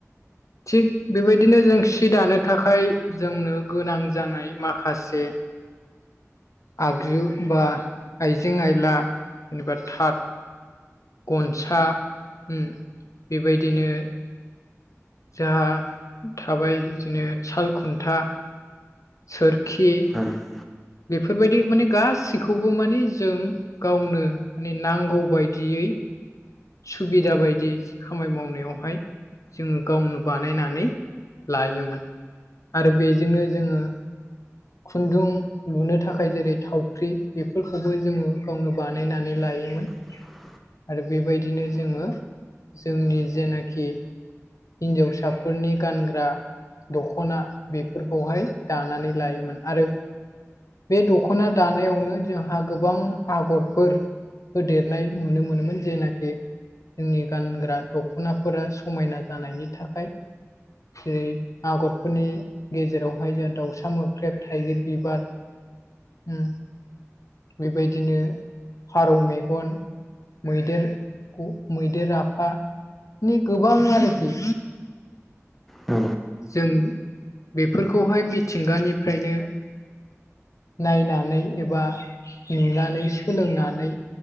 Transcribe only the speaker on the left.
थिग बेबादिनो जों सि दानो थाखाय जोंनो गोनां जानाय माखासे आगजु बा आइजें आइला जेनेबा थाद गनसा उम बेबादिनो दा थाबाय बिदिनो साल खुन्था सोरखिनि
बेफोरबायदि माने गासिखौबो माने जों गावनो माने नांगौ बायदियै सुबिदा बादि खामाय मावनायावहाय जोङो गावनो बानायनानै लायोमोन। आरो बेजोंनो जोङो खुन्दुं लुनो थाखाय जेरै थावख्रि बेफोरखौबो जोङो गावनो बानायनानै लायोमोन।
आरो बेबायदिनो जोङो जोंनि जेनाखि हिनजावसाफोरनि गानग्रा दख'ना बेफोरखौहाय दानानै लायोमोन आरो। बे दख'ना दानायावनो जोंहा गोबां आगरफोरा होदेरनाय नुनो मोनोमोन जेनाखि। जोंनि गानग्रा दख'नाफोरा समायना जानायनि थाखाया जेरै आगरफोरनि गेजेरावहाय जोंहा दाउसा मोख्रेब थाइगिर बिबार ओम बेबायदिनो फारौ मेगनो मैदेरखौ मैदेर आफानि गोबां आरोखि
जों बेफोरखौहाय मिथिंगानिफ्रायनो नायनानै एबा नुनानै सोलोंनानै।